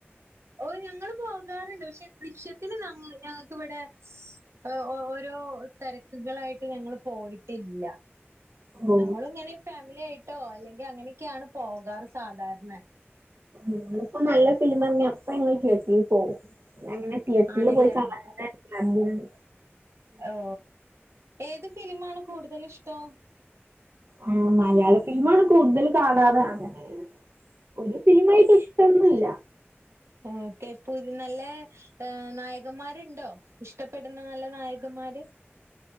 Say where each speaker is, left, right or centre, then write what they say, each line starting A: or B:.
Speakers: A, on the right; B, on the right.
A: ഓ ഞങ്ങള് പോകാറുണ്ട് പക്ഷെ ദൃശ്യത്തിന് ഞങ്ങക്കിവിടെ ഒ ഓരോ രോ തിരക്കുകളായിട്ട് ഞങ്ങള് പോയിട്ടില്ല
B: ഓ
A: ഞങ്ങളിങ്ങനെ ഫാമിലി ആയിട്ടോ അല്ലെങ്കിൽ അങ്ങനെയൊക്കെയാണ് പോകാറ് സാധാരണ
B: ഞങ്ങളിപ്പോ നല്ല ഫിലിമിറങ്ങിയാ അപ്പ ഞങ്ങള് തിയേറ്ററിൽ പോകും അങ്ങനെ തിയേറ്ററിൽ
A: ആണല്ലേ
B: പോയി സാധാരണ കണ്ടിനട്
A: ഓ ഏതുഫിലിമാണ് കൂടുതലിഷ്ടോ
B: ആ മലയാളഫിലിമാണ് കൂടുതൽ കാണാറ് അങ്ങനെ ഒരു ഫിലിമായിട്ട് ഇഷ്ടമൊന്നുമില്ല
A: ഉം കെപ്പൂര് നല്ല നായകന്മാരുണ്ടോ ഇഷ്ടപ്പെടുന്ന നല്ല നായകന്മാ ആര്